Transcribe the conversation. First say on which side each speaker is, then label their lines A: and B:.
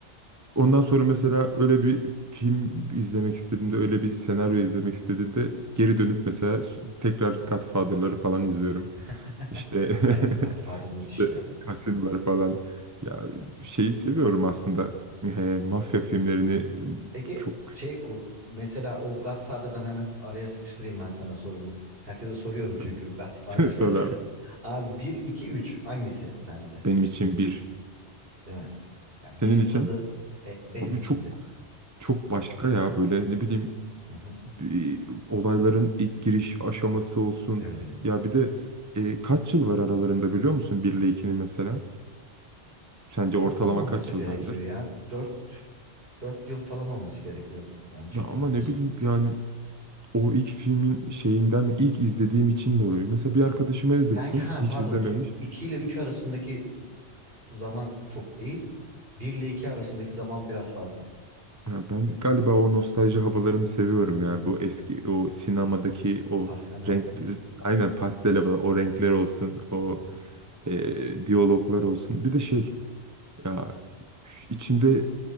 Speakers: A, on the right; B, on the right.
A: Ondan sonra mesela öyle bir film izlemek istediğimde, öyle bir senaryo izlemek istediğimde geri dönüp mesela s- tekrar Godfather'ları falan izliyorum.
B: <laughs>
A: İşte
B: Evet, Godfather
A: <laughs>
B: müthiştir
A: işte
B: ama can.
A: kasinolar falan. Ya
B: Hı hı.
A: şeyi seviyorum aslında. Eee, mafya filmlerini
B: Peki
A: çok
B: şey o mesela o Godfather'dan hemen araya sıkıştırayım ben sana sorumu. Herkese soruyorum çünkü
A: <laughs>
B: Godfather.
A: sonra
B: <laughs> Abi bir 2 3 hangisi sence?
A: benim için bir.
B: Değil mi? Ya birin
A: Senin için?
B: tadı e, benim
A: Abi
B: içinde.
A: çok çok başka ya böyle ne bileyim
B: Hı hı.
A: bir olayların ilk giriş aşaması olsun.
B: Evet evet.
A: Ya bir de e, kaç yıl var aralarında biliyor musun 1 ile 2'nin mesela? Sence
B: Çok
A: ortalama
B: olmaması
A: kaç
B: gerekiyor
A: yıl vardır?
B: ya. Dört dört yıl falan olması gerekiyor yanlış
A: Ya
B: hatırlamıyorsam.
A: ama ne bileyim yani o ilk filmin şeyinden ilk izlediğim için de olabilir. Mesela bir arkadaşıma izlettim
B: Belki ha
A: hiç
B: pardon
A: izlememiş.
B: dur. iki ile 3 arasındaki zaman çok değil. Bir ile 2 arasındaki zaman biraz fazla.
A: Ha, ben galiba o nostalji havalarını seviyorum
B: Hı
A: ya.
B: hı.
A: Bu eski o sinemadaki
B: O
A: o
B: pastel hava
A: renk
B: değil mi?
A: aynen pastel havalar, o renkler olsun, o
B: Hı hı.
A: e, diyaloglar olsun. Bir de şey ya içinde